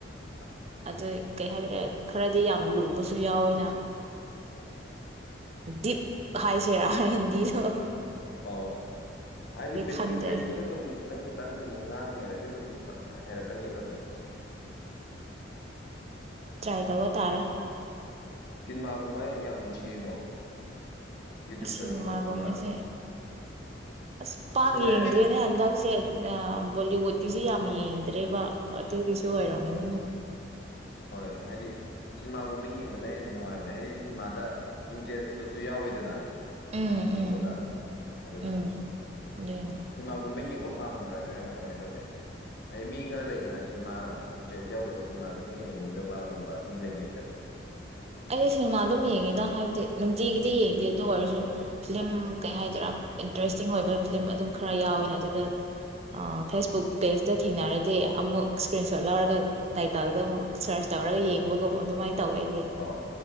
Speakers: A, on the left; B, on the right.
A: ꯑꯥ
B: ꯑ ꯀꯩ ꯍꯥꯏꯗꯔꯦ ꯈꯔꯗꯤ ꯌꯥꯝ ꯂꯨꯕꯁꯨ ꯌꯥꯎꯋꯦꯅ ꯗꯤꯞ ꯍꯥꯏꯥꯏꯁꯤꯦꯔ ꯍꯗꯤꯣ
A: ꯑꯣ ꯍꯥꯏꯗꯤ ꯕꯦꯁꯤꯛ
B: ꯈꯪꯗ꯭ꯔꯦ
A: ꯕꯦꯁꯤꯛꯇꯣ ꯑꯗꯨꯝ ꯈꯤꯇꯪ ꯈꯤꯇꯪ ꯑꯗꯨꯝ ꯉꯥꯡꯍꯦꯔꯗꯤ ꯑꯗꯨꯝ ꯍꯥꯏꯔꯛꯀꯅꯤꯗꯅ
B: ꯆꯥꯏ ꯇꯧꯕ ꯇꯥꯔꯦ
A: ꯁꯤꯃꯥꯒꯨꯝꯕ ꯌꯥꯝ ꯌꯦꯡꯉꯣ ꯌꯨꯇ꯭ꯌꯨꯕꯇꯒꯨꯝꯕ
B: ꯁꯤꯅꯦꯃꯥꯒꯨꯝꯃꯤꯁꯦ
A: ꯁꯤꯟꯃꯥ
B: ꯑꯁ ꯄꯥꯛ
A: ꯁꯤꯟꯃꯥ
B: ꯌꯦꯡꯗ꯭ꯔꯦꯅꯦ ꯍꯟꯗꯛꯁꯦ ꯕꯣꯂꯤ ꯇꯤꯁꯤ ꯌꯥꯝ ꯌꯦꯡꯗ꯭ꯔꯦꯕ ꯑ ꯑꯗꯨ ꯄꯁꯨ
A: ꯎꯝ
B: ꯑꯣꯏꯔꯅꯤ
A: ꯍꯣꯏ ꯍꯥꯏꯗꯤ ꯁꯤꯅꯦꯃꯥꯒꯨꯝꯕ ꯌꯦꯡꯕꯗ ꯍꯦꯟꯅ ꯅꯨꯡꯉꯥꯏꯕꯅꯦ ꯍꯥꯏꯗꯤ ꯁꯤꯅꯦꯃꯥꯗ ꯏꯟꯇꯔꯦꯁꯇꯨꯁꯨ ꯌꯥꯎꯋꯤꯗꯅ
B: ꯎꯝ
A: ꯌꯦꯡꯕꯗ
B: ꯎꯝ
A: ꯑꯗꯨꯗ
B: ꯎꯝ ꯑꯗꯨꯅꯤ
A: ꯁꯤꯃꯥꯒꯨꯝꯕ ꯌꯦꯡꯕ ꯄꯥꯝꯕ꯭ꯔꯥꯅꯦꯔꯒ ꯀꯃꯥꯏꯅ ꯇꯧꯒꯦ ꯍꯥꯏꯗꯤ ꯃꯤ ꯈꯔ ꯂꯩꯗꯅ ꯁꯤꯅꯦꯃꯥ ꯏꯟꯇꯔꯦꯁ ꯌꯥꯎꯗꯕ ꯁꯤꯅꯦꯃꯥ ꯁꯨꯡ ꯌꯦꯡꯅꯤꯡꯗꯕꯒꯨꯝꯕ ꯃꯤ ꯂꯩꯅꯩꯗꯅ
B: ꯑꯩꯗꯤ ꯁꯤꯅꯦꯃꯥ ꯑꯗꯨꯝ ꯌꯦꯡꯉꯤꯗ ꯍꯥꯏꯕꯗꯤ ꯅꯨꯡꯇꯤꯒꯤꯗꯤ ꯌꯦꯡꯗꯦ ꯑꯗꯨ ꯑꯣꯏꯔꯁꯨ ꯐꯤꯂꯝ ꯀꯩ ꯍꯥꯏꯗꯔꯥ ꯏꯟꯇꯔꯦꯁꯇꯤꯡ ꯑꯣꯏꯕ ꯐꯤꯂꯝ ꯑꯗꯨꯝ ꯈꯔ ꯌꯥꯎꯋꯤꯅꯦ ꯑꯗꯨꯗ ꯐꯦꯁꯕꯨꯛ ꯄꯦꯖꯇ ꯊꯦꯡꯅꯔꯗꯤ ꯑꯃꯨꯛ ꯏꯁꯀ꯭ꯔꯤꯟ ꯁꯣꯠ ꯂꯧꯔꯒ ꯇꯥꯏꯇꯜꯗ ꯑꯃꯨꯛ ꯁꯔꯁ ꯇꯧꯔꯒ ꯌꯦꯡꯕꯒꯨꯝ ꯑꯗꯨꯃꯥꯏꯅ ꯇꯧꯋꯦ ꯑꯩꯗꯤ
A: ꯍꯣꯏ